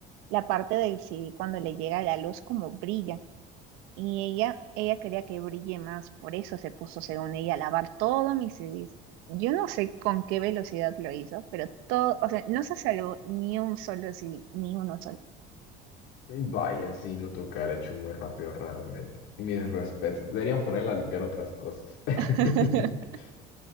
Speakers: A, on the right (about 80°); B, on the left (about 65°).
A: la parte del CD, cuando le llega la luz, como brilla. Y ella, ella quería que brille más, por eso se puso, según ella, a lavar todos mis CDs. Yo no sé con qué velocidad lo hizo, pero todo, o sea, no se salvó ni un solo CD, ni uno solo.
B: Vaya, sí, lo tocar hecho muy rápido realmente. Mis respetos. Deberían ponerla a limpiar otras cosas.
A: <laughs>
B: <laughs>